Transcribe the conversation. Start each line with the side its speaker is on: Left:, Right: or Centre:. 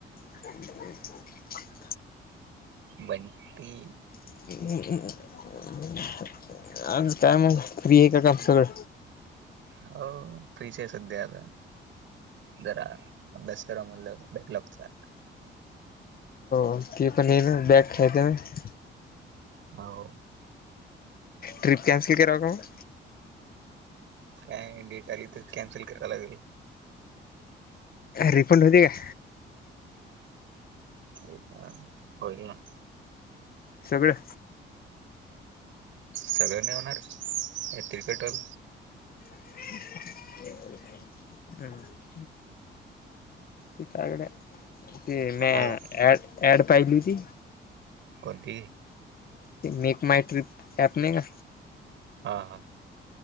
Left: ह
Right: बन्टी.
Left: <unintelligible> आज काय मग? फ्री आहे का काम सगळं?
Right: हो. फ्रीच आहे सध्या आता. जरा, अभ्यास करा म्हटल बॅक लॉकचा.
Left: <unintelligible> बॅक <unintelligible>
Right: हो.
Left: ट्रिप कॅन्सल कराव का मग?
Right: काय डेट आली तर कॅन्सल कराव लागेल.
Left: रिफंड होते का?
Right: रिफ़ंड? होईल ना.
Left: सगळं?
Right: सगळ नाही होणार. <unintelligible> कटल.
Left: <inaudible> हम्म. ते काय गड्या? ते
Right: पाहाला
Left: मी ॲड- ॲड पाहिली ती.
Right: कोणती?
Left: ते मेक माय ट्रिप ॲप नाही का?
Right: हा -हा.